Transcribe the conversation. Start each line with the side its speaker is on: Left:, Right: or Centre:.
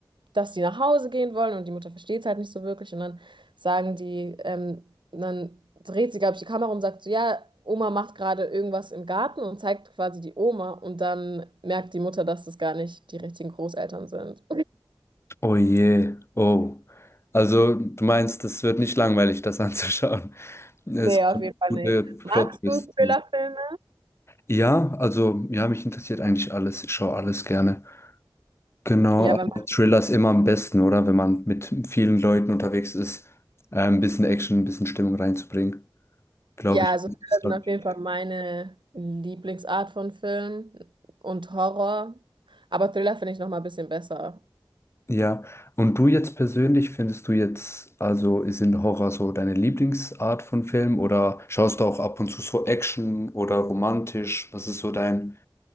Right: dass die nach Hause gehen wollen und die Mutter versteht es halt nicht so wirklich. Und dann sagen die, ähm, dann dreht sie, glaube ich, die Kamera um und sagt so, ja, Oma macht gerade irgendwas im Garten und zeigt quasi die Oma. Und dann merkt die Mutter, dass das gar nicht die richtigen Großeltern sind.
Left: Oh je. Oh. Also du meinst, das wird nicht langweilig, das anzuschauen. Es
Right: Nee,
Left: kommt
Right: auf jeden Fall
Left: gute
Right: nicht.
Left: Plot-Twists.
Right: Magst du Thriller-Filme?
Left: Ja, also ja, mich interessiert eigentlich alles. Ich schaue alles gerne. Genau,
Right: Ja, weil
Left: aber Thriller ist immer am besten, oder? Wenn man mit vielen Leuten unterwegs ist, äh, ein bisschen Action, ein bisschen Stimmung reinzubringen, glaube
Right: ja,
Left: ich.
Right: also
Left: ist
Right: Thriller
Left: grad
Right: sind auf
Left: perfekt.
Right: jeden Fall meine Lieblingsart von Film und Horror. Aber Thriller finde ich noch mal ein bisschen besser.
Left: Ja, und du jetzt persönlich, findest du jetzt, also ist in Horror so deine Lieblingsart von Film oder schaust du auch ab und zu so Action oder romantisch? Was ist so dein,